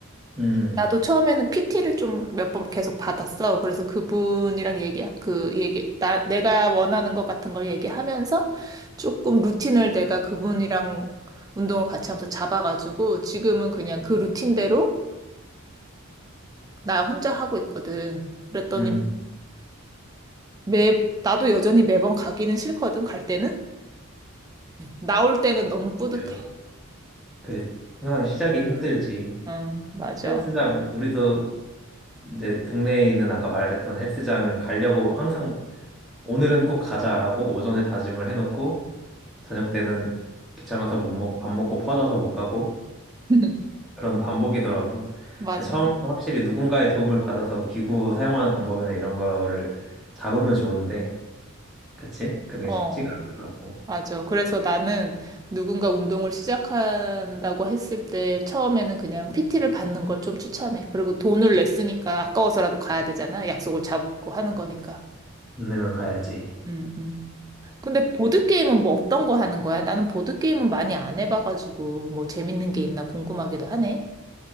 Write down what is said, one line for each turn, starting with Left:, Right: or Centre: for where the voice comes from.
Centre: 음,
Right: 나도 처음에는 PT를 좀 몇 번 계속 받았어. 그래서 그분이랑 얘기, 그 얘기, 나, 내가 원하는 것 같은 걸 얘기하면서 조금 루틴을 내가 그분이랑 운동을 같이 하면서 잡아가지고 지금은 그냥 그 루틴대로 나 혼자 하고 있거든. 그랬더니
Centre: 음.
Right: 매, 나도 여전히 매번 가기는 싫거든, 갈 때는. 나올 때는 너무 뿌듯해.
Centre: 그, 그, 항상 시작이 힘들지.
Right: 응, 맞아.
Centre: 헬스장, 우리도 이제 동네에 있는 아까 말했던 헬스장을 가려고 항상 오늘은 꼭 가자라고 오전에 다짐을 해놓고 저녁 때는 귀찮아서 못 먹고 밥 먹고 퍼져서 못 가고
Right: <laughs>
Centre: 그런 반복이더라고.
Right: 맞아.
Centre: 처음 확실히 누군가의 도움을 받아서 기구 사용하는 방법이나 이런 거를 잡으면 좋은데, 그치? 그게
Right: 어,
Centre: 쉽지가 않더라고.
Right: 맞아. 그래서 나는 누군가 운동을 시작한다고 했을 때 처음에는 그냥 PT를 받는 걸 좀 추천해. 그리고 돈을 냈으니까 아까워서라도 가야 되잖아. 약속을 잡고 하는 거니까.
Centre: 돈 내면 가야지.
Right: 음, 음. 근데 보드게임은 뭐 어떤 거 하는 거야? 나는 보드게임은 많이 안 해봐가지고 뭐 재밌는 게 있나 궁금하기도 하네.